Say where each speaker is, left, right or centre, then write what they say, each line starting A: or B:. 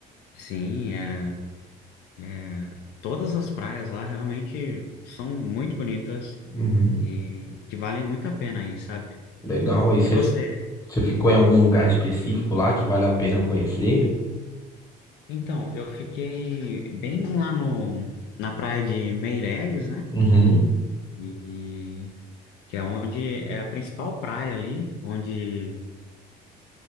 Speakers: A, on the left; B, on the left.
A: Sim, é. É, todas as praias lá realmente são muito bonitas
B: Uhum.
A: e que valem muito a pena aí, sabe?
B: Legal. E você,
A: E você?
B: você ficou em algum lugar específico lá que vale a pena conhecer?
A: Então, eu fiquei bem lá no, na praia de Meireles, né?
B: Uhum.
A: E que é onde é a principal praia ali, onde